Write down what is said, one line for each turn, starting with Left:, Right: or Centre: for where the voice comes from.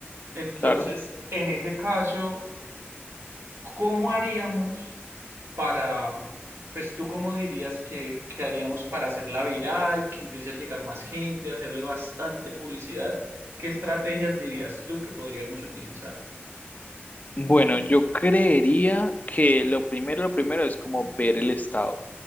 Right: Entonces,
Left: claro.
Right: en ese caso, ¿cómo haríamos para, pues tú cómo dirías que, que haríamos para hacerla viral, que empiece a llegar más gente, hacerle bastante publicidad? ¿Qué estrategias dirías tú que podríamos utilizar?
Left: Bueno, yo creería que lo primero, lo primero es como ver el estado.